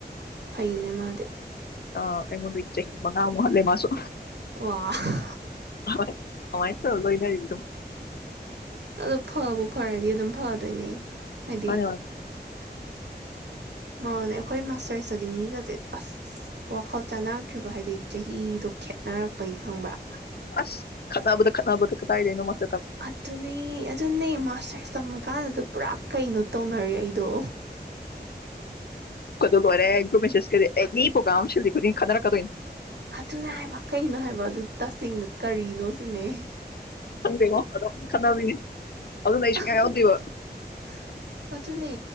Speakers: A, on the right (about 80°); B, on the left (about 65°).
A: ꯐꯩꯅꯦ ꯃꯥꯗꯤ
B: ꯑ ꯑꯩꯉꯣꯟꯗꯒꯤ ꯆꯍꯤ ꯃꯉꯥꯃꯨꯛ ꯍꯜꯂꯦ ꯃꯥꯁꯨ
A: <unintelligible>
B: ꯥꯍꯣꯏ ꯑꯃꯥꯏ ꯇꯎꯔ ꯂꯣꯏꯅꯔꯤ ꯑꯗꯨꯝ
A: ꯑꯗꯣ ꯐꯕꯨ ꯐꯔꯗꯤ ꯑꯗꯨꯝ ꯐꯗꯣꯏꯅꯦ ꯍꯥꯏꯗꯤ
B: ꯃꯥꯟꯅꯦ ꯃꯥꯟꯅꯦ <inaudible>
A: ꯃꯥꯟꯅꯦ ꯑꯩꯈꯣꯏ ꯃꯥꯁꯇꯔꯁꯇꯗꯤ ꯃꯤꯒꯁꯦ ꯑꯁ ꯋꯥꯈꯜ ꯆꯥꯟꯅꯔꯛꯇ꯭ꯔꯤꯕ ꯍꯥꯏꯗꯤ ꯆꯍꯤꯗꯣ ꯈꯦꯠꯅꯔꯛꯄꯒꯤ ꯈꯪꯕ꯭ꯔꯥ
B: ꯑꯁ ꯈꯠꯅꯥꯕꯗ ꯈꯠꯅꯥꯕꯗ ꯀꯗꯥꯥꯏꯗꯩꯩꯅꯣ ꯃꯁ
A: ꯑꯗꯨꯅꯦ ꯑꯗꯨꯅꯦ ꯃꯥꯁꯔ ꯇꯝꯃꯦ ꯀꯥꯟꯅ ꯑꯗꯨ ꯄꯨꯔꯥ ꯀꯩꯩꯅꯣ ꯇꯧꯅꯔꯦ ꯑꯩꯗꯣ
B: ꯂꯣꯏꯔꯦ ꯒꯔꯨꯞ ꯃꯦꯁꯦꯁꯀꯗꯤ ꯑꯦꯅꯤ ꯄꯣꯒꯔꯝ ꯑꯃ ꯁꯥꯒꯤ ꯈꯨꯗꯤꯡ ꯈꯠꯅꯔꯛꯀꯗꯣꯏꯅꯤ
A: ꯑꯗꯨꯅꯦ ꯍꯥꯏꯕ ꯀꯩꯅꯣ ꯍꯥꯏꯕ ꯑꯗꯨ ꯇꯁꯦꯡꯅ ꯀꯔꯤꯅꯣ ꯁꯤꯅꯦ
B: ꯈꯪꯗꯦꯉꯣ ꯑꯗꯨꯝ ꯈꯠꯅꯕꯤꯅꯤ ꯑꯗꯨꯅ ꯑꯩ
A: <unintelligible>
B: ꯁꯨꯡꯌꯥ ꯌꯥꯎꯗꯦꯕ
A: ꯅꯦ